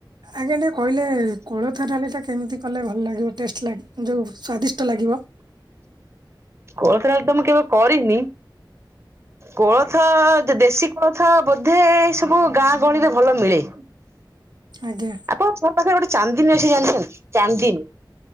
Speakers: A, on the right; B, on the right.
A: ଆଜ୍ଞା ଟିକେ କହିଲେ କୋଳଥ ଡାଲି ଟା କେମିତି କଲେ ଭଲ ଲାଗିବ। ଟେଷ୍ଟ ଲା ଯୋଉ ସ୍ଵାଦିଷ୍ଟ ଲାଗିବ।
B: କୋଳଥ ଡାଲି ତ ମୁଁ କେବେ କରିନି। କୋଳଥ ଯ ଦେସି କୋଳଥ ବୋଧେ ଏ ସବୁ ଗାଁ ଗହଳିରେ ଭଲ ମିଳେ।
A: ଆଜ୍ଞା।
B: ଆପଣଙ୍କ ଘର ପାଖରେ ଗୋଟେ ଚାନ୍ଦିନୀ ଅଛି ଜାଣିଛନ୍ତି ଚାନ୍ଦିନୀ।